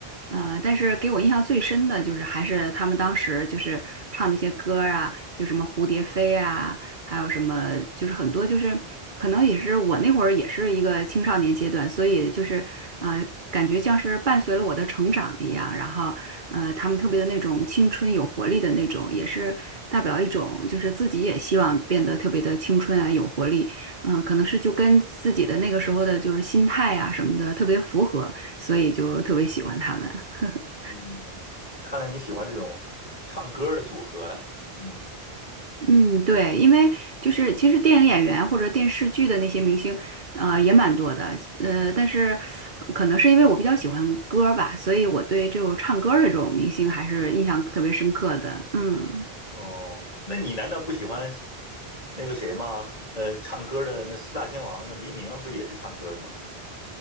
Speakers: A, on the right; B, on the left.
A: 呃，但是给我印象最深的就是还是他们当时就是唱那些歌儿啊，就什么蝴蝶飞啊，还有什么就是很多就是可能也是我那会儿也是一个青少年阶段，所以就是呃感觉像是伴随了我的成长一样，然后呃，他们特别的那种青春有活力的那种，也是代表一种，就是自己也希望变得特别的青春啊，有活力。嗯、可能是就跟自己的那个时候的就是心态啊什么的特别符合，所以就特别喜欢他们。<laughs>
B: 嗯，看来你喜欢这种唱歌的组合啊，嗯，
A: 嗯，对，因为就是其实电影演员或者电视剧的那些明星，呃，也蛮多的，呃，但是可能是因为我比较喜欢歌儿吧，所以我对这种唱歌儿的这种明星还是印象特别深刻的。嗯。
B: 哦，那你难道不喜欢那个谁吗？呃，唱歌的那四大天王，那黎明啊，不也是唱歌的吗？